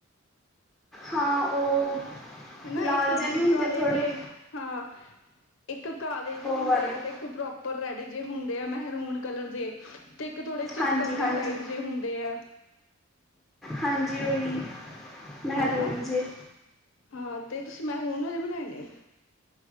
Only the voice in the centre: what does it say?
ਹਾਂ ਉਹ
ਲਾਲ
ਜਿਹੇ ਨਹੀਂ ਹੁੰਦੇ
ਥੋੜ੍ਹੇ
ਉਹ
ਵਾਲੇ
ਹਾਂਜੀ
ਹਾਂਜੀ
ਹਾਂਜੀ ਉਹੀ, ਮਹਿਰੂਮ
ਜੇ